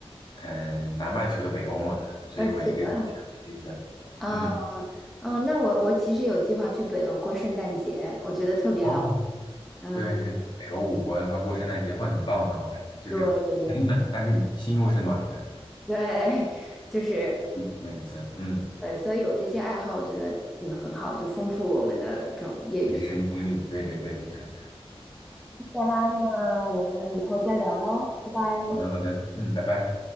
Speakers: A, on the left; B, in the centre.
A: 嗯，南半球的北欧嘛，所以我一直想去一次。
B: 二十四个啊，
A: 嗯，
B: 嗯，那我我其实有计划去北欧过圣诞节，我觉得特别浪漫。
A: 哦，对对，
B: 嗯，
A: 北欧五国的话，过圣诞节会很浪漫，我感觉就是很冷，
B: 对对对
A: 但是你心又是暖的，
B: 对，<laughs> 就是
A: 体验一次，嗯，
B: 对，所以有这些爱好，我觉得嗯很好，就丰富我们的这种业余生活。
A: 人生经历，对对对对对，
B: 再啦，那我们以后再聊喽，拜拜。
A: 好的好的，嗯，拜拜。